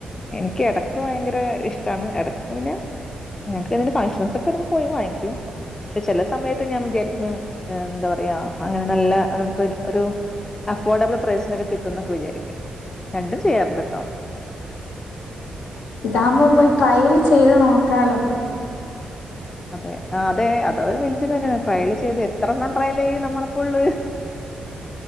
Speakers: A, on the left (about 25°); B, on the left (about 85°).
A: എനിക്ക് ഇടക്ക് ഭയങ്കര ഇഷ്ടമാണ് ഇടക്ക് പിന്നെ ഞങ്ങക്ക് എ ഫംഗഷൻസ് ഒക്കെ വരുമ്പോൾ പോയി വാങ്ങിക്കും പക്ഷെ ചില സമയത്ത് ഞാൻ വിചാരിക്കും എന്താ പറയാ അങ്ങനെ നല്ല നമുക്ക് ഒരു അഫോർഡബിൾ പ്രൈസിനൊക്കെ കിട്ടും എന്നൊക്കെ വിചാരിക്കും രണ്ടും ചെയ്യാറുണ്ട് കേട്ടോ
B: ഇതാകുമ്പോ പോയി ട്രയൽ ചെയ്ത് നോക്കാലോ
A: അതെ അതെ അതരു വല്യാ കാര്യമാണ് ട്രയല് ചെയ്ത് എത്രെണ്ണം ട്രയൽ ചെയ്യ നമ്മളപ്പോ ഉള്ളൂ